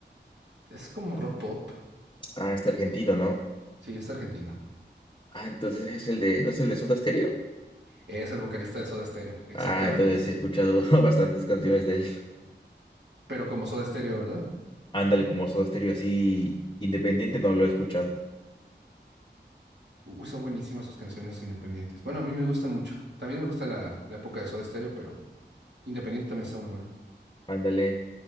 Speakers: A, on the right; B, on the left.
A: Es como rock pop.
B: Ah, está argentino, ¿no?
A: Sí, es argentino.
B: Ah, entonces es el de, ¿no es el de Soda Stereo?
A: Es el vocalista de Soda Stereo, exactamente,
B: Ah, entonces
A: sí.
B: sí he escuchado <laughs> bastantes canciones de él.
A: Pero como Soda Stereo, ¿verdad?
B: <laughs> Ándale, como Soda Stereo, así independiente no lo he escuchado.
A: Uy, son buenísimas sus canciones independientes. Bueno, a mí me gustan mucho. También me gusta la, la época de Soda Stereo, pero independiente también está muy bueno.
B: Ándale,